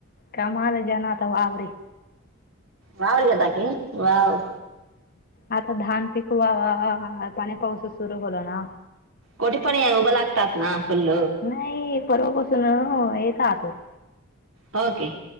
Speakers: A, on the left; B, on the right.
A: कमाले जना त आवरे
B: वाव गतााकी वाव
A: आता धान पिकवावा पाणी पावस सुरू होल ना.
B: कोटी पण उभं लागतात ना फुल
A: नाही परवापासून येत आहत. ह <inaudible>
B: हो काय?